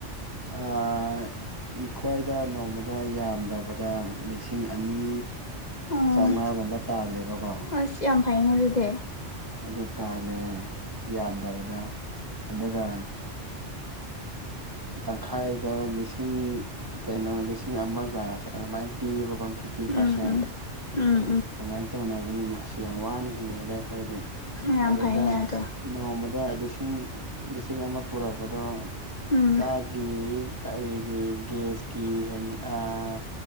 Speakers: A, on the right; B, on the left.
A: ꯑꯥ ꯑꯩꯈꯣꯏꯗ ꯅꯣꯡꯃꯗ ꯌꯥꯝꯗꯕꯗ ꯂꯤꯁꯤꯡ ꯑꯅꯤ
B: ꯎꯝ
A: ꯆꯧꯉꯥꯒꯨꯝꯕ ꯇꯥꯜꯂꯦꯕꯀꯣ
B: ꯑꯁ ꯌꯥꯝ ꯐꯩꯅꯦ ꯑꯗꯨꯗꯤ
A: ꯑꯗꯨ ꯇꯥꯜꯂꯦ ꯌꯥꯝꯗꯕꯗ ꯑꯗꯨꯒ ꯑ ꯇꯪꯈꯥꯏꯗ ꯂꯤꯁꯤꯡ ꯀꯩꯅꯣ ꯂꯤꯁꯤꯡ ꯑꯃꯒ ꯑꯗꯨꯃꯥꯏꯟ ꯄꯤꯕꯀꯣ ꯐꯤꯐꯇꯤ ꯄꯥꯔꯁꯦꯟ
B: ꯎꯝ ꯎꯝ ꯎꯝ
A: ꯑꯗꯨꯃꯥꯏꯅ ꯇꯧꯅꯕꯅꯤꯅ ꯑꯁ ꯌꯥꯝ ꯋꯥꯅ ꯍꯤꯡꯉꯦꯗ ꯑꯩꯈꯣꯏꯗꯤ
B: ꯎꯝ ꯌꯥꯝ
A: ꯑꯗꯨꯗ
B: ꯐꯩꯅꯦ ꯑꯗꯣ
A: ꯅꯣꯡꯃꯗ ꯂꯤꯁꯤꯡ ꯂꯤꯁꯤꯡ ꯑꯃ ꯄꯨꯔꯛꯄꯗꯣ
B: ꯎꯝ
A: ꯆꯥꯛꯒꯤ ꯀꯩꯒꯤ ꯒꯦꯁꯀꯤ ꯍꯦꯟ ꯑꯥ